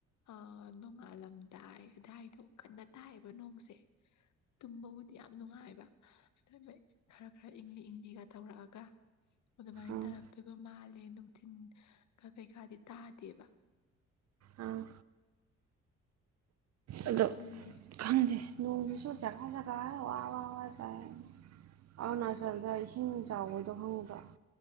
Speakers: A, on the left; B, on the right.
A: ꯑ ꯅꯣꯡꯉꯥꯜꯂꯝꯗꯥꯏ ꯑꯗꯥꯏꯗꯣ ꯀꯟꯅ ꯇꯥꯏꯕ ꯅꯣꯡꯁꯦ ꯇꯨꯝꯕꯕꯨꯗꯤ ꯌꯥꯝ ꯅꯨꯡꯉꯥꯏꯕ ꯑꯗꯨ ꯈꯔ ꯈꯔ ꯏꯪꯂꯤ ꯏꯪꯂꯤꯒ ꯇꯧꯔꯛꯑꯒ ꯑꯗꯨꯃꯥꯏꯅ
B: ꯎꯝ
A: ꯇꯥꯔꯛꯇꯣꯏꯕ ꯃꯥꯜꯂꯦ ꯅꯨꯡꯊꯤꯟ ꯈ ꯀꯩꯀꯥꯗꯤ ꯇꯥꯗꯦꯕ
B: ꯎꯝ
A: ꯑꯗꯨ
B: ꯑꯗꯣ
A: ꯈꯪꯗꯦ
B: ꯈꯪꯗꯦ ꯅꯣꯡꯁꯤꯖꯨ ꯖꯒꯥ ꯖꯒꯥꯥꯏ ꯋꯥꯋꯥ ꯋꯥ ꯇꯥꯏ ꯑꯔꯨꯅꯥꯆꯜꯗ ꯏꯁꯤꯡ ꯆꯥꯎꯕꯗꯣ ꯈꯪꯗ꯭ꯔꯣ